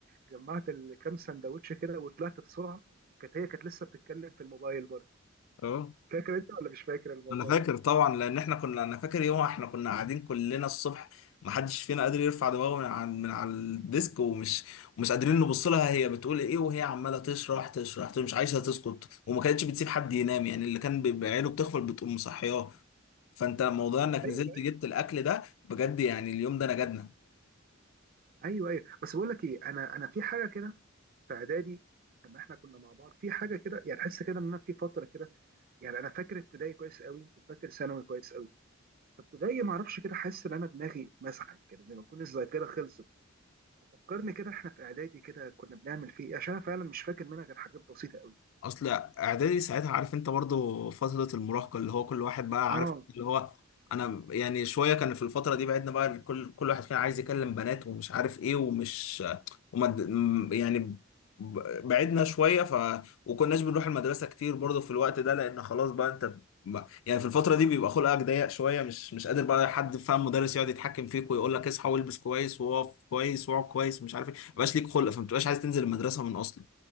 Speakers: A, on the right; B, on the left.
A: جمعت الكام سندوتش كده وطلعت بسرعه كانت هي كانت لسه بتتكلم في الموبايل برضه
B: اه
A: فاكر انت ولا مش فاكر الموضوع
B: انا فاكر
A: ده
B: طبعا لان احنا كنا انا فاكر يوم احنا كنا قاعدين كلنا الصبح ما حدش فينا قادر يرفع دماغه من على من على الديسك ومش ومش قادرين نبص لها هي بتقول ايه وهي عماله تشرح تشرح مش عايزه تسكت وما كانتش بتسيب حد ينام يعني اللي كان بيبقى عينه بتغفل بتقوم مصحياه فانت موضوع انك
A: ايوه
B: نزلت جبت الاكل ده بجد يعني اليوم ده نجدنا
A: ايوه ايوه بس بقول لك ايه انا انا في حاجه كده في اعدادي لما احنا كنا مع بعض في حاجه كده يعني تحس كده ان أنا في فتره كده يعني انا فاكر ابتدائي كويس قوي وفاكر ثانوي كويس قوي فابتدائي ما اعرفش كده حاسس ان انا دماغي مسحت كده زي ما تكون الذاكره خلصت فكرني كده احنا في اعدادي كده كنا بنعمل فيه ايه عشان انا فعلا مش فاكر منها غير حاجات بسيطه قوي
B: اصل اعدادي ساعتها عارف انت برضو فترة المراهقة اللي هو كل واحد بقى
A: اه
B: عارف اللي هو انا يعني شوية كان في الفترة دي بعدنا بقى كل كل واحد فينا عايز يكلم بنات ومش عارف ايه ومش وما م- يعني ب- بعدنا شوية ف وكناش بنروح المدرسة كتير برضو في الوقت ده لان خلاص بقى انت ما- يعني في الفترة دي بيبقى خلقك ضيق شوية مش مش قادر بقى حد فاهم مدرس يقعد يتحكم فيك ويقول لك اصحى والبس كويس وقف كويس واقعد كويس ومش عارف ايه ما بقاش ليك خلق فما بتبقاش عايز تنزل المدرسة من اصلا